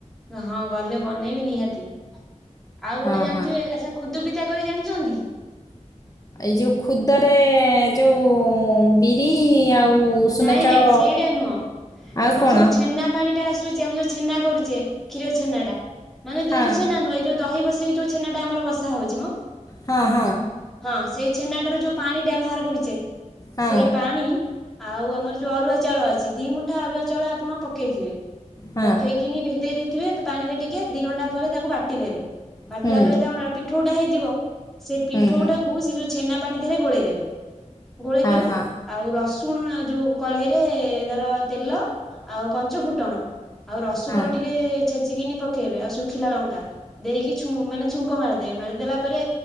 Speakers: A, in the centre; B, on the left.
A: ହଁ ଗଲେ ବନେଇବି ନିହାତି। ଆଉ
B: ହଁ
A: ଗୋଟେ ଜାଣିଥିବେ,
B: ହଁ
A: ଆଚ୍ଛା ଖୁଦୁ ବିତା କରି ଜାଣିଛନ୍ତି?
B: ଏଇ ଯୋଉ ଖୁଦରେ ଯୋଉ ବି ରି ଆଉ ଉଷୁନା
A: ନାଇଁ
B: ଚାଳ,
A: ନାଇଁ ସେଇଟା ନୁହଁ
B: ଆଉ
A: ଆମର
B: କଣ?
A: ଯୋଉ ଛେନା <unintelligible> ଆମେ ଯୋଉ ଛେନା କରୁଚେ, କ୍ଷୀର ଛେନାଟା ମାନେ
B: ହଁ
A: ଦୁଧୁ ଛେନା ନୁହଁ ଏଇ ଯୋଉ ଦହି ବସେଇକି ଯୋଉ ଛେନାଟା ଆମର ବସା ହଉଛି ମ,
B: ହଁ ହଁ
A: ହଁ ସେଇ ଛେନାଟାର ଯୋଉ ପାଣିଟା ବାହାର କରୁଚେ,
B: ହଁ
A: ସେଇ ପାଣି ଆଉ ଆମର ଯୋଉ ଅରୁଆ ଚାଉଳ ଅଛି, ଦି ମୁଠା ଅରୁଆ ଚାଉଳ ଆପଣ ପକେଇଥିବେ,
B: ହଁ
A: ପକେଇକିନି ଭେଦେଇ ଦେଇ ଥିବେ ପାଣିରେ ଟିକେ ଦି ଘଣ୍ଟା ପରେ ତାକୁ ବାଟିଦେବେ, ବାଟିଲା
B: ହୁଁ
A: ପରେ ତା କଣ ପିଠଉଟା ହେଇଯିବ ସେ ପିଠଉଟାକୁ
B: ହୁଁ ହୁଁ
A: ସେ ଯୋଉ ଛେନା ପାଣି ଦେହରେ ଗୋଳେଇଦେବେ, ଗୋଳେଇଦେବେ
B: ହଁ ହଁ
A: ଆଉ ର ରସୁଣ ଯୋଉ କଢେଇରେ ଧର ତେଲ ଆଉ ପଞ୍ଚୁ ଫୁଟଣ ଆଉ ରସୁରୁଣ
B: ହଁ
A: ଟିକେ ଛେଚିକିନି ପକେଇବେ, ଆଉ ସବୁ ଶୁଖିଲା ଲଙ୍କା ଦେଇକି ଛୁ ମାନେ ଛୁଙ୍କ ମାରିଦେବେ, ମାରିଦେଲା ପରେ